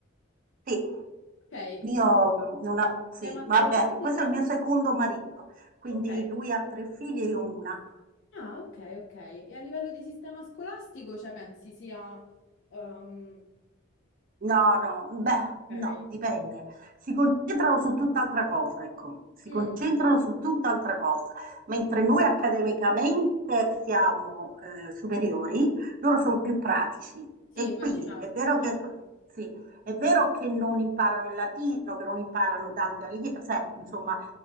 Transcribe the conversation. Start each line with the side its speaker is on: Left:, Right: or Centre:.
Right: Sì,
Left: Ok, e
Right: io mh, una, sì,
Left: sistema
Right: vabbè,
Left: scolastico?
Right: questo è il mio secondo marito, quindi
Left: Ok,
Right: lui ha tre figli e io una.
Left: ah, ok, ok. E a livello di sistema scolastico, cioè pensi sia... ehm,
Right: No, no, beh, no,
Left: ok,
Right: dipende. Si concentrano su tutt'altra cosa, ecco, si
Left: Mm,
Right: concentrano su tutt'altra cosa. Mentre noi accademicamente siamo eh, superiori, loro sono più pratici.
Left: sì,
Right: E
Left: immaginavo,
Right: quindi è vero
Left: immaginavo.
Right: che, sì, è vero che non imparano il latino, che non imparano Dante Alighieri, cioè, insomma,